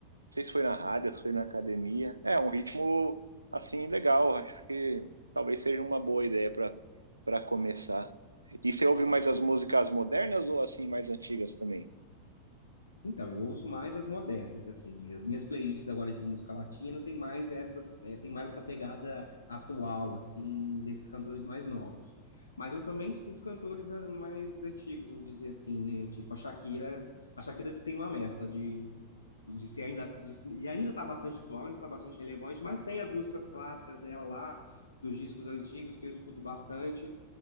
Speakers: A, on the right; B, on the left.
A: sei se foi na rádio, se foi na academia. É um ritmo assim legal, acho que talvez seja uma boa ideia para para começar. E você ouve
B: é.
A: mais as músicas modernas ou assim mais antigas também?
B: Então, eu ouço mais as modernas, assim. E As minhas playlists agora de música latina tem mais essas, eh, tem mais essa pegada atual, assim, desses cantores mais novos. Mas eu também escuto cantores ah, mais antigos, vamos dizer assim, né? Tipo, a Shakira, a Shakira tem uma mescla de, de ser ainda, de, se- de ainda tá bastante atual, ainda tá bastante relevante, mas tem as músicas clássicas dela lá, dos discos antigos que eu escuto bastante.